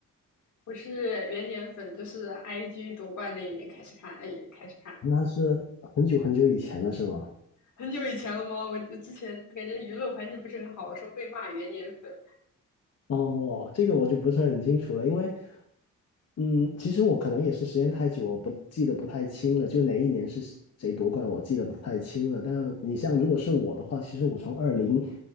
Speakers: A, on the left; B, on the left.
A: 我是元年粉，就是 IG 夺冠那一年开始看，哎，开始看的，
B: 那是很久很久以前了，是吗？
A: 很久以前了吗？我之前感觉娱乐环境不是很好，我说被骂元年粉。
B: 哦，这个我就不是很清楚了，因为，嗯，其实我可能也是时间太久，我不记得不太清了，就哪一年是谁夺冠，我记得不太清了。但你像如果是我的话，其实我从二零